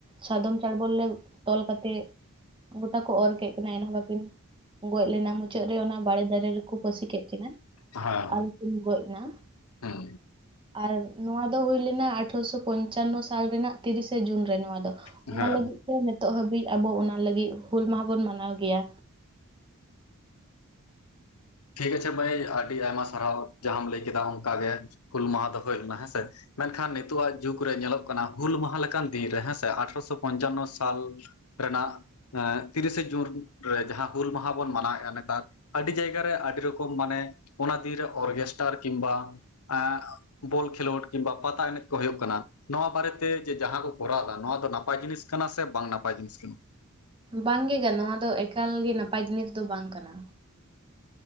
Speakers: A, on the right (about 25°); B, on the left (about 85°).
A: ᱥᱟᱫᱚᱢ ᱪᱟᱲᱵᱚᱞ ᱨᱮ ᱛᱚᱞ ᱠᱟᱛᱮ ᱜᱚᱴᱟ ᱠᱚ ᱚᱨ ᱠᱮᱫ ᱠᱤᱱᱟ ᱮᱱᱦᱚᱸ ᱵᱟᱹᱠᱤᱱ ᱜᱚᱡ ᱞᱮᱱᱟ ᱢᱩᱪᱟᱹᱫ ᱨᱮ ᱚᱱᱟ ᱵᱟᱲᱮ ᱫᱟᱨᱮ ᱨᱮ ᱠᱚ ᱯᱟᱹᱥᱤ ᱠᱮᱫ ᱠᱤᱱᱟᱹ
B: ᱦᱮᱸ
A: ᱟᱨ ᱠᱤᱱ ᱜᱚᱡ ᱱᱟ᱾
B: ᱦᱮᱸ
A: ᱟᱨ ᱱᱚᱣᱟ ᱫᱚ ᱦᱩᱭ ᱞᱮᱱᱟ ᱟᱴᱷᱨᱚᱥᱚ ᱯᱚᱧᱪᱟᱱᱱᱚ ᱥᱟᱞ ᱨᱮᱱᱟᱜ ᱛᱤᱨᱤᱥᱮ ᱡᱩᱱ ᱨᱮ ᱱᱚᱣᱟ ᱫᱚ᱾
B: ᱦᱮᱸ
A: ᱚᱱᱟ
B: ᱦᱮᱸ
A: ᱞᱟᱹᱜᱤᱫ ᱛᱮ ᱱᱤᱛᱳᱜ ᱦᱟᱹᱵᱤᱡ ᱟᱵᱚ ᱚᱱᱟ ᱞᱟᱹᱜᱤᱫ ᱦᱩᱞ ᱢᱟᱦᱟ ᱵᱚᱱ ᱢᱟᱱᱟᱣ ᱜᱮᱭᱟ᱾
B: ᱴᱷᱤᱠ ᱟᱪᱷᱮ ᱢᱟᱹᱭ ᱟᱹᱰᱤ ᱟᱭᱢᱟ ᱥᱟᱨᱦᱟᱣ ᱡᱟᱦᱟᱢ ᱞᱟᱹᱭ ᱠᱮᱫᱟ ᱚᱝᱠᱟᱜᱮ ᱦᱩᱞ ᱢᱟᱦᱟ ᱫᱚ ᱦᱚᱭ ᱞᱮᱱᱟ ᱦᱮᱸ ᱥᱮ᱾ ᱢᱮᱱᱠᱷᱟᱱ ᱱᱤᱛᱳᱜ ᱟᱜ ᱡᱩᱜᱽ ᱨᱮ ᱧᱮᱞᱚᱜ ᱠᱟᱱᱟ ᱦᱩᱞ ᱢᱟᱦᱟ ᱞᱮᱠᱟᱱ ᱫᱤᱱ ᱨᱮ ᱦᱮᱸ ᱥᱮ ᱟᱴᱷᱨᱚᱥᱚ ᱯᱚᱧᱪᱟᱱᱱᱚ ᱥᱟᱞ ᱨᱮᱱᱟᱜ ᱛᱤᱨᱤᱥᱮ ᱡᱩᱱ ᱨᱮ ᱡᱟᱦᱟᱸ ᱦᱩᱞ ᱢᱟᱦᱟ ᱵᱚᱱ ᱢᱟᱱᱟᱣᱮᱜ-ᱟ ᱱᱮᱛᱟᱨ ᱟᱹᱰᱤ ᱡᱟᱭᱜ-ᱟ ᱨᱮ ᱟᱹᱰᱤ ᱨᱚᱠᱚᱢ ᱢᱟᱱᱮ ᱚᱱᱟ ᱫᱤᱱᱨᱮ ᱚᱨᱜᱮᱥᱴᱟᱨ ᱠᱤᱝᱵᱟ ᱮᱸ ᱵᱚᱞ ᱠᱷᱮᱞᱳᱰ ᱠᱤᱝᱵᱟ ᱯᱟᱛᱟ ᱮᱱᱮᱡ ᱠᱚ ᱦᱳᱭᱳᱜ ᱠᱟᱱᱟ᱾ ᱱᱚᱣᱟ ᱵᱟᱨᱮᱛᱮ ᱡᱮ ᱡᱟᱦᱟᱸ ᱠᱚ ᱠᱚᱨᱟᱣ ᱮᱫᱟ ᱱᱚᱣᱟ ᱫᱚ ᱱᱟᱯᱟᱭ ᱡᱤᱱᱤᱥ ᱠᱟᱱᱟ ᱥᱮ ᱵᱟᱝ ᱱᱟᱯᱟᱭ ᱡᱤᱱᱤᱥ ᱠᱟᱱᱟ?
A: ᱵᱟᱝ ᱜᱮ ᱜᱟᱱ ᱱᱚᱣᱟ ᱫᱚ ᱮᱠᱟᱞᱜᱮ ᱱᱟᱯᱟᱭ ᱡᱤᱱᱤᱥ ᱫᱚ ᱵᱟᱝ ᱠᱟᱱᱟ᱾